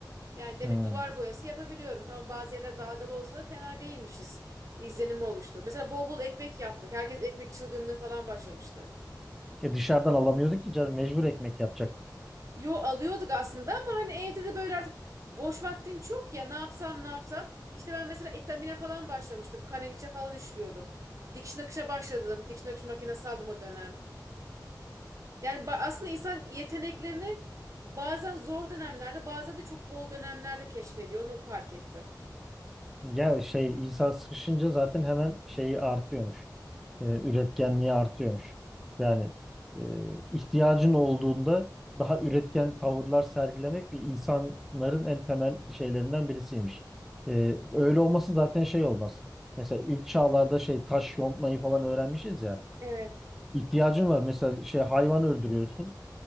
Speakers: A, on the right; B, in the centre.
A: Yani demek
B: Hmm.
A: duvar boyası yapabiliyorum. Tamam bazı yerler dalgalı olsa da fena değilmişiz. İzlenimi oluştu. Mesela bol bol ekmek yaptık. Herkes ekmek çılgınlığı falan başlamıştı.
B: E dışarıdan alamıyorduk ki canım mecbur ekmek yapacak.
A: Yo alıyorduk aslında ama hani evde de böyle artık boş vaktin çok ya ne yapsam ne yapsam. İşte ben mesela etamine falan başlamıştım. Kaneviçe falan işliyordum. Dikiş nakışa başladım. Dikiş nakış makinesi aldım o dönem. Yani ba- aslında insan yeteneklerini bazen zor dönemlerde bazen de çok bol dönemlerde keşfediyor. Onu fark ettim.
B: Ya şey İsa sıkışınca zaten hemen şeyi artıyormuş. Ee, üretkenliği artıyormuş. Yani e, ihtiyacın olduğunda daha üretken tavırlar sergilemek bir insanların en temel şeylerinden birisiymiş. Ee, öyle olması zaten şey olmaz. Mesela ilk çağlarda şey taş yontmayı falan öğrenmişiz ya.
A: Evet.
B: İhtiyacın var. Mesela şey hayvan öldürüyorsun.